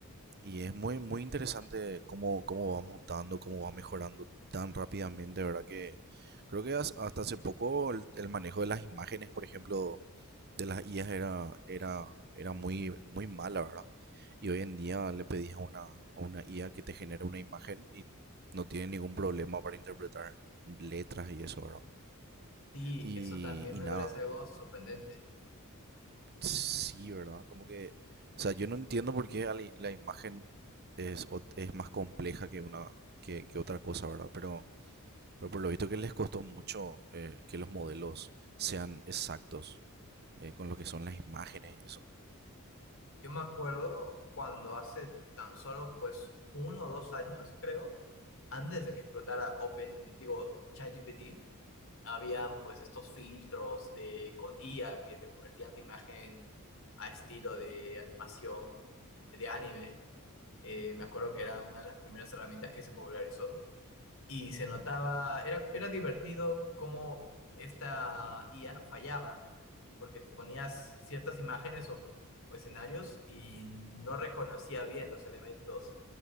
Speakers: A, on the right (about 45°); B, on the left (about 65°).
A: Y es muy, muy interesante cómo, cómo va mutando, cómo va mejorando tan rápidamente, ¿verdad? Que creo que has- hasta hace poco el el manejo de las imágenes, por ejemplo de las IAs era, era, era muy, muy mala, ¿verdad? Y hoy en día le pedís a una, a una IA que te genere una imagen y no tiene ningún problema para interpretar letras y eso, ¿verdad?
B: Sí,
A: Y,
B: eso también
A: y
B: me
A: nada,
B: parece algo sorprendente.
A: sí, ¿verdad? Como que, o sea, yo no entiendo por qué la, la imagen es, ot- es más compleja que una que, que otra cosa, ¿verdad? Pero, pero por lo visto que les costó mucho eh, que los modelos sean exactos eh, con lo que son las imágenes y eso.
B: Yo me acuerdo cuando hace tan solo pues uno o dos años, creo, antes de que explotara Open, digo, ChatGPT, habían pues estos filtros de con IA que te convertían tu imagen a estilo de animación de anime eh, me acuerdo que era una de las primeras herramientas que se popularizó y se notaba, era, era divertido cómo esta IA fallaba, porque ponías ciertas imágenes o, o escenarios y no reconocía bien los elementos